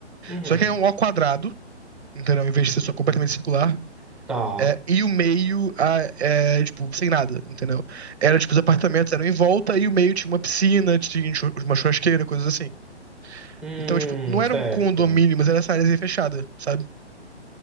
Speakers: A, in the centre; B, on the right.
A: Uhum.
B: Só que é um O quadrado, entendeu? Em vez de ser só completamente circular.
A: Tá.
B: É, e o meio, ah, é, tipo, sem nada, entendeu? Era, tipo, os apartamentos eram em volta e o meio tinha uma piscina, tinha chu- uma churrasqueira, coisas assim.
A: Hum,
B: Então, tipo, não era
A: certo.
B: um condomínio, mas era essa área fechada, sabe?